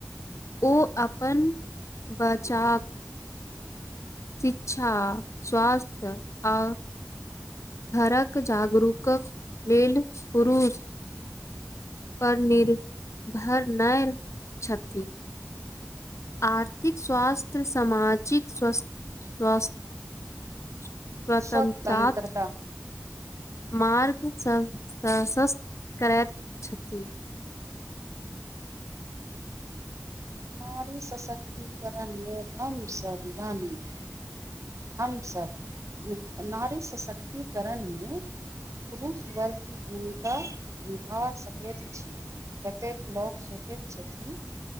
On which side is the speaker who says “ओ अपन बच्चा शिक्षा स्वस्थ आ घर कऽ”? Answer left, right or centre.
Left